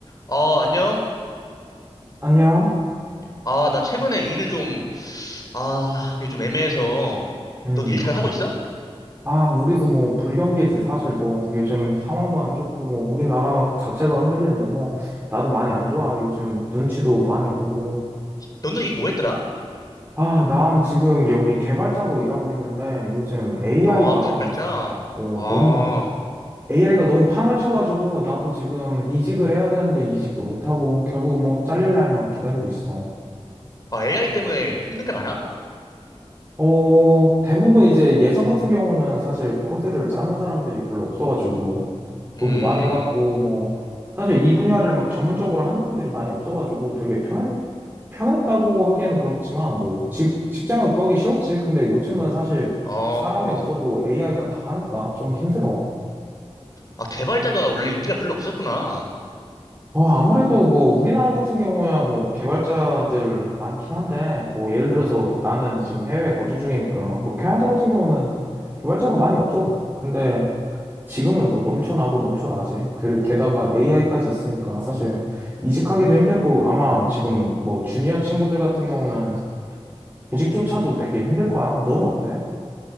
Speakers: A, on the left (about 35°); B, on the right (about 20°).
A: 아, 안녕?
B: 안녕.
A: 아, 나 최근에 일을 좀, 아, 이게 좀 애매해서.
B: 음.
A: 넌 일 잘 하고 있어?
B: 아, 우리도 뭐 불경기지 사실 뭐 요즘 상황도 안 좋고 뭐 우리나라 자체가 흔들리는데 뭐 나도 많이 안 좋아. 요즘 눈치도 많이 보고.
A: 너는 일 뭐 했더라?
B: 아, 난 지금 여기 개발자로 일하고 있는데 요즘 AI가
A: 아, 개발자.
B: 어,
A: 아,
B: 너무 AI가 너무 판을 쳐가지고 나도 지금 이직을 해야 되는데 이직도 못하고 결국 뭐 잘릴 날만 기다리고 있어.
A: 아, AI 때문에 힘든 게 많아?
B: 어, 대부분 이제 예전 같은 경우는 사실 코드를 짜는 사람들이 별로 없어가지고 돈도
A: 음,
B: 많이 받고 뭐 사실 이 분야를 막 전문적으로 하는 애들이 많이 없어가지고 되게 편한 편했다고 하기엔 그렇지만 뭐 직, 직장을 구하기 쉬웠지. 근데 요즘은 사실
A: 아,
B: 사람이 없어도 AI가 다 하니까 좀 힘들어.
A: 아, 개발자가 원래 인기가 별로 없었구나.
B: 어, 아무래도 뭐 우리나라 같은 경우야 뭐 개발자들 많긴 한데 뭐 예를 들어서 나는 지금 해외에 거주 중이니까 뭐 캐나다 같은 경우는 개발자가 많이 없어. 근데 지금은 뭐 넘쳐나고 넘쳐나지. 그리고 게다가 AI까지 있으니까 사실 이직하기도 힘들고 아마 지금 뭐 주니어 친구들 같은 경우는 구직조차도 되게 힘들 거야. 너는 어때?